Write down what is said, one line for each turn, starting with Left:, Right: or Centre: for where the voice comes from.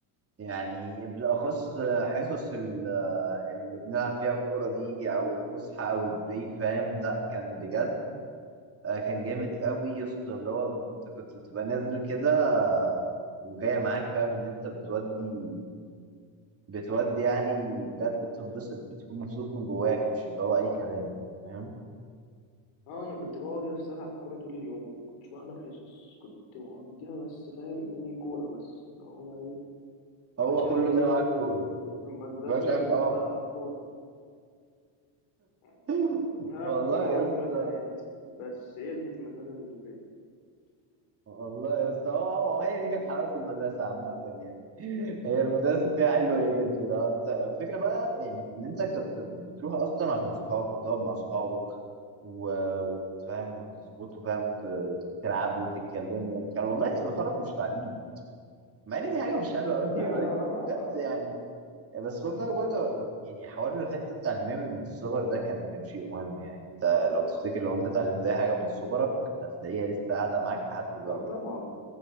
Right: يعني بالأخص حصص ال- اللي بنلعب فيها كورة دي أو الفسحة أو البريك فاهم لأ كان بجد آه، كان جامد قوي يا اسطى اللي هو أنت كنت بتبقى نازل كده آه، وجاية معاك فاهم إن أنت بتودي بتودي يعني بجد بتنبسط بتكون مبسوط من جواك مش اللي هو أي كلام فاهم
Left: اه انا كنت بقعد يس العب كوره طول اليوم كنتش بحضر حصص كنت مقضيها بس فاهم ايه كوره بس اللي هو ايه
Right: هو
Left: ما بعملش حاجه
Right: كله
Left: تاني
Right: جاي معاك
Left: غير
Right: كورة
Left: في في المدرسه
Right: مش
Left: غير
Right: عارف
Left: ان
Right: أه
Left: انا بلعب كوره انا
Right: <laughs>
Left: العب
Right: والله
Left: كوره
Right: يا
Left: واقعد مع البنات
Right: اسطى
Left: بس هي دي كانت المدرسه بالنسبه لي
Right: والله يا اسطى هو هو هي دي كانت حلاوه المدرسه عامه يعني <laughs> هي المدرسه فيها حلو ايه غير كده انت الفكره بقى يعني في ان انت كنت بتروح اصلا عشان صحابك تقعد مع صحابك و... وتفهم وتظبطوا فاهم ت- تلعبوا وتتكلموا كان والله الغرض مش تعليم مع ان دي حاجه مش حلوه قوي <laughs>
Left: اه اه
Right: بجد
Left: اه,
Right: يعني بس هو بقى برضه يعني حوار الحته التعليميه من الصغر ده كان كان شيء مهم يعني انت لو تفتكر لو انت اتعلمت اي حاجه من صغرك هتلاقيها لسه قاعده معاك لحد دلوقتي
Left: آه آه، طبعا